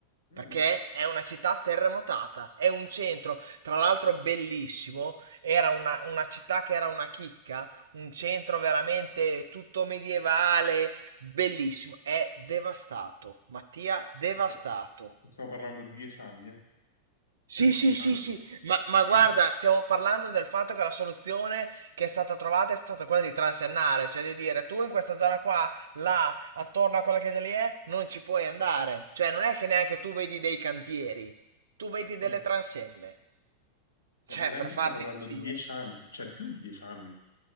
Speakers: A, on the left; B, on the right.
A: Mm,
B: perché è una città terremotata, è un centro, tra l'altro bellissimo, era una, una città che era una chicca, un centro veramente tutto medievale, bellissimo, è devastato, Mattia, devastato.
A: questo- stiamo parlando di dieci anni, eh,
B: Sì,
A: più di
B: sì,
A: dieci
B: sì,
A: anni.
B: sì, ma, ma guarda,
A: Eh,
B: stiamo parlando del fatto che la soluzione che è stata trovata è stata quella di transennare, cioè di dire tu in questa zona qua, là, attorno a quella chiesa lì è, non ci puoi andare. Cioè non è che neanche tu vedi dei cantieri, tu vedi delle
A: eh,
B: transenne,
A: eh,
B: cioè
A: veramente
B: per farti
A: stiamo parlando
B: capire.
A: di dieci anni, cioè più di dieci anni